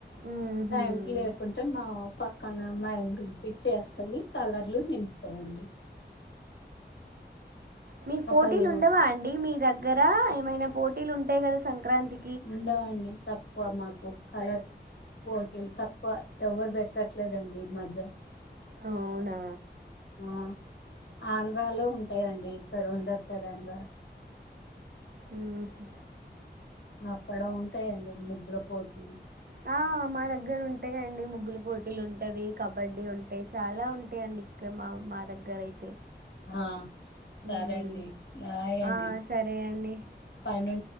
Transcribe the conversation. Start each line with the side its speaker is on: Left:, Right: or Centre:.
Right: మ్మ్హ్మ్.
Left: టైంకి లేకుంటే మా పక్కనమ్మాయిని పిల్పిచ్చేస్తది కలర్లు నింపుతమండి
Right: మీకు
Left: ఒకళ్ళు
Right: పోటీలుండవా అండి మీ దగ్గర మైన పోటీలుంటయి గదా సంక్రాంతి
Left: ఉండవండి తక్కువ మాకు కలర్ పోటీల్ తక్కువ, ఎవరు పెట్టట్లేదండి ఈ మధ్య.
Right: అవునా
Left: ఆ ఆంధ్రాలో ఉంటయండి ఇక్కడ ఉండదు తెలంగాన్
Right: ఉమ్ హు
Left: అక్కడ ఉంటయండి ముగ్గుల పోట్
Right: ఆ మా దగ్గరుంటయండి ముగ్గుల పోటీలు ఉంటది కబడ్డీ ఉన్ టయ్ చాలా ఉంటయండి ఇక్కడ మా మా దగ్గరయితే
Left: ఆ సరే
Right: ఉమ్
Left: అండి బాయ్ అండి
Right: ఆ సరే అండి
Left: పని ఉంది.